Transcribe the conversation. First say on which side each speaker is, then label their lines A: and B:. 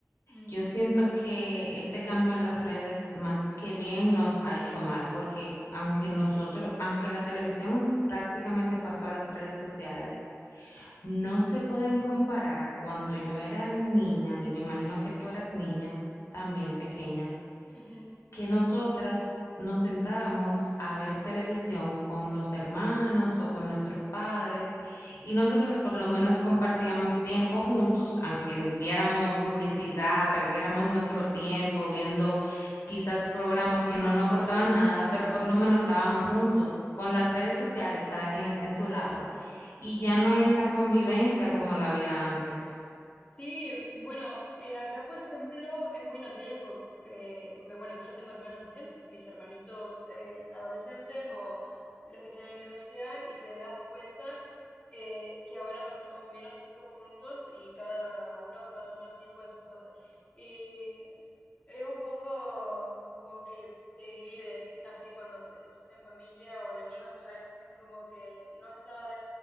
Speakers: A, on the left; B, on the left.
A: Mm,
B: yo siento que este cambio en las redes más que bien nos ha hecho mal, porque aunque nosotros, aunque la televisión prácticamente pasó a las redes sociales, no se pueden comparar a cuando yo era niña, y me imagino que tú eras niña también pequeña
A: ujú,
B: que nosotras nos sentábamos a ver televisión con los hermanos o con nuestros padres y nosotros por lo menos compartíamos tiempo juntos, aunque viéramos publicidad, perdiéramos nuestro tiempo viendo quizás programas que no nos aportaban nada, pero
A: mm.
B: por lo menos estábamos juntos. Con las redes sociales, cada quien está en su lado y ya no hay esa convivencia como la había antes.
A: Sí, bueno, eh, acá por ejemplo es muy notoria por, eh, porque bueno, yo tengo hermanos, ¿viste? Mis hermanitos eh, adolescentes o los que están en la universidad y te das cuenta eh, que ahora pasamos menos tiempo juntos y cada uno pasa más tiempo en sus cosas. Y es un poco como que te divide, así cuando sos en familia o en amigos, no sé, es como que no estar